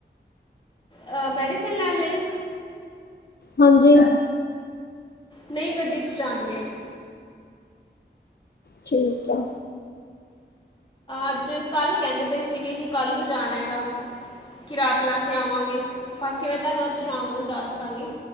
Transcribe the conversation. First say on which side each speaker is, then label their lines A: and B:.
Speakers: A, on the left (about 25°); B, on the left (about 60°).
A: ਹਾ ਮੈਡੀਸਨ ਲੈਣ ਲਈ,
B: ਹਾਂਜੀ।
A: ਨਈ ਗੱਡੀ ਚ ਜਾਣਗੇ।
B: ਠੀਕ ਐ।
A: ਅੱਜ-ਕੱਲ ਕਹਿੰਦੇ ਪਏ ਸੀਗੇ ਕਿ ਕੱਲ ਨੂੰ ਜਾਣਾ ਗਾ। ਕਿ ਰਾਤ ਲਾ ਕੇ ਆਵਾਂਗੇ ਬਾਕੀ ਮੈਂ ਤੁਹਾਨੂੰ ਅੱਜ ਸ਼ਾਮ ਨੂੰ ਦੱਸ ਦਾਂਗੀ